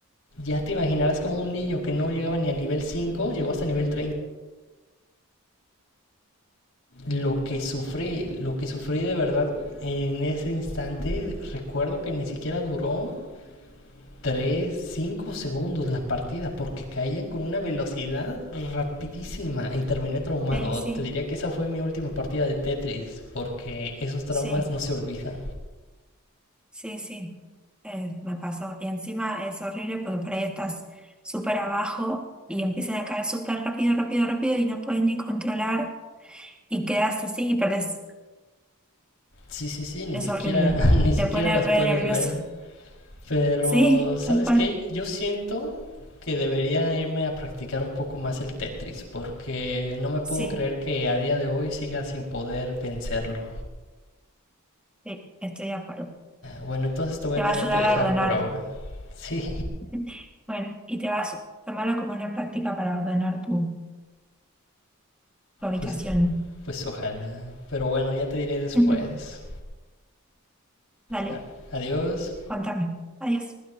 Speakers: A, on the left; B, in the centre.
A: ya te imaginarás como un niño que no llegaba ni a nivel 5, llegó hasta nivel 30. Lo que sufrí, lo que sufrí de verdad en ese instante, recuerdo que ni siquiera duró 3, 5 segundos la partida, porque caían con una velocidad rapidísima y terminé traumado.
B: Sí, sí,
A: Te diría que esa fue mi última partida de Tetris, porque esos traumas
B: sí,
A: no se olvidan.
B: sí, sí. Eh, me pasó. Y encima es horrible porque por ahí estás súper abajo y empiezan a caer súper rápido, rápido, rápido y no puedes ni controlar y quedas así y perdés.
A: Sí, sí, sí, ni
B: Es
A: siquiera,
B: horrible.
A: <laughs> ni siquiera
B: Te pone
A: las
B: re
A: puedes
B: nervioso.
A: ver. Pero,
B: Sí,
A: ¿sabes
B: tal cual.
A: qué? Yo siento que debería irme a practicar un poco más el Tetris, porque no me puedo
B: Sí,
A: creer que a día de hoy siga sin poder vencerlo.
B: sí, estoy de acuerdo.
A: Bueno, entonces te voy a
B: Te
A: tener
B: va a ayudar
A: que dejar
B: a ordenar.
A: por ahora. <laughs> Sí,
B: <laughs> Bueno, y te vas a tomarlo como una práctica para ordenar tu, tu habitación.
A: pues, pues ojalá. Pero bueno, ya te diré después.
B: <laughs> Dale.
A: A- Adiós.
B: Cuéntame. Adiós.